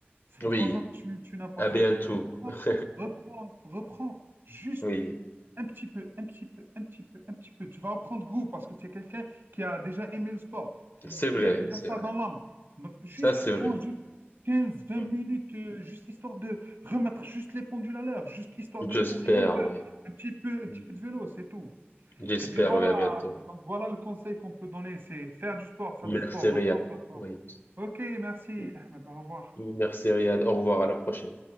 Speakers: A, on the right; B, on the left.
A: Ça fait
B: oui,
A: trois ans que tu, tu n'as pas
B: à
A: fait.
B: bientôt.
A: Reprends,
B: <laughs>
A: reprends, reprends. Juste
B: Oui,
A: un petit peu, un petit peu, un petit peu, un petit peu. Tu vas reprendre goût parce que tu es quelqu'un qui a déjà aimé le sport, qui,
B: c'est
A: qui
B: vrai,
A: a déjà
B: c'est
A: ça
B: vrai.
A: dans l'âme. Donc, juste
B: Ça, c'est
A: prends
B: vrai.
A: juste quinze vingt
B: Mm.
A: minutes, euh, juste histoire de remettre juste les pendules à l'heure, juste histoire
B: J'espère,
A: de courir un peu,
B: oui.
A: un petit peu, un
B: Mm.
A: petit peu de vélo, c'est tout.
B: J'espère,
A: Et puis voilà,
B: oui, à bientôt.
A: donc voilà le conseil qu'on peut donner, c'est faire du sport, faire
B: Merci,
A: du sport, reprendre,
B: Riyad.
A: reprendre.
B: Oui.
A: Ok, merci.
B: M-
A: Maintenant, au revoir.
B: Merci, Riyad. Au revoir, à la prochaine.